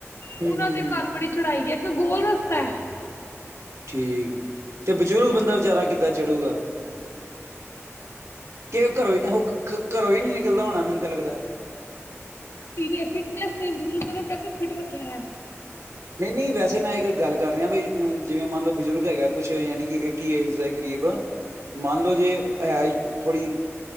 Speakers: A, on the right; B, on the left.
A: ਹੂੰ,
B: ਉਹਨਾਂ
A: ਹੂੰ,
B: ਦੇ
A: ਹੂੰ।
B: ਘਰ ਬੜੀ ਚੜਾਈ ਐ ਇੱਕ ਗੋਲ ਰ ਕੁੱਤਾ <inaudible>
A: ਠੀਕ ਤੇ ਬਜ਼ੁਰਗ ਬੰਦਾ ਵਿਚਾਰਾ ਕਿੱਦਾਂ ਚੜੂਗਾ, ਕਿ ਘਰੋਂ ਹੀ ਉਹ ਘਰੋਂ ਹੀ ਨੀ ਨਿਕਲਦਾ ਹੋਣਾ ਮੈਨੂੰ ਤਾਂ ਲੱਗਦਾ
B: ਤਨ ਫਿਟਨਸ ਨਹੀਂ ਦ ਆਪ ਆਪ ਫਿਟ ਰੱਖੇ <inaudible>
A: ਨਹੀਂ ਨਹੀਂ ਵੈਸੇ ਮੈਂ ਇੱਕ ਗੱਲ ਕਰ ਰਿਹਾ ਬਈ, ਜਿਵੇਂ ਮੰਨ ਲਓ ਬਜ਼ੁਰਗ ਹੈਗਾ ਕੁਛ ਯਾਨੀ ਕਿ ਏਟੀ ਏਜ ਦਾ ਇੱਕ ਗ਼ਰੀਬ
B: ਹਾਂਜੀ।
A: ਮੰਨ ਲੋੋ ਜੇ ਹੈ ਥੋੜ੍ਹੀ